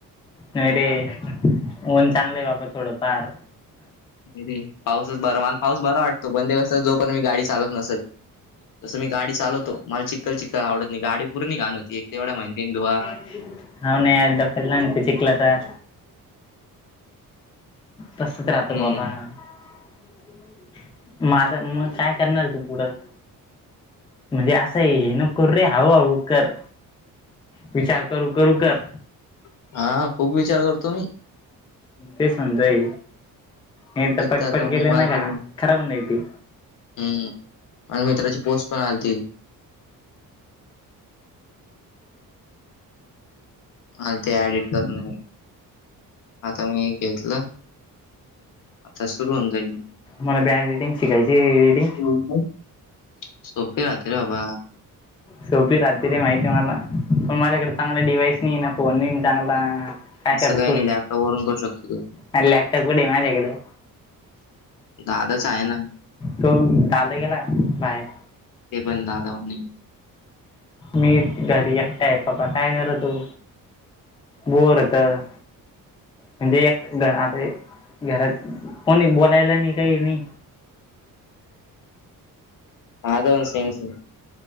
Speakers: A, on the left; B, on the left.
A: नाही रे... ऊन चांगलंय बाबा, थोडं फार
B: नई रे... पावसाचं बरं.. मला पाऊस बरा वाटतो, पण ते कसं, जोपर्यंत मी गाडी चालवत नसल तसं मी गाडी चालवतो... मला चिखल चिखल आवडत नाई... गाडी पूर्ण घाण होती, एक तर एवढ्या मेहनतीनं धुवा
A: हुं. हाव ना यार तब्येत <unintelligible> होते चिखलाचा तसच राहतो
B: हम्म
A: <unintelligible> माझं... मग काय करणार ए तू पुढं? म्हणजे असं हे नको करू रे... हळू हळू कर... विचार करू करू कर
B: हा... खूप विचार करतो मी
A: तेच म्हणतय... हे तर
B: एक
A: पटपट
B: आता
A: केले
B: मला
A: ना... घा...
B: ते
A: खराब होऊन जाईल ते
B: हम्म आणि मित्राची पोस्ट पण आलती मला ते ऍडिट करणं ए... आता मी एक घेतलं आता सुरु होऊ जाईल
A: मला बी एडिटिंग शिकायची रे... एडिटिंग
B: <unintelligible> सोपी राहती रं बाबा
A: सोपी राहती रे माहितीये मला, पण माझ्याकडं चांगला डिवाइस नाई ना, फोन नाई ना चांगला... काय
B: असं
A: करतो?
B: काही नाही लॅपटॉप वरून करू शकतो तू.
A: अरे... लॅपटॉप कुठंय माझ्याकडं?
B: दादाचा हाये ना
A: तो दादा गेला बाहेर
B: ते पण दादा <unintelligible>
A: मी घरी एकटा ए... <unintelligible> काय कर तू बोर होतं म्हणजे एक घर... आता घरात कोणी बोलायला नाई... काई नाई
B: माझं पण सेमच ए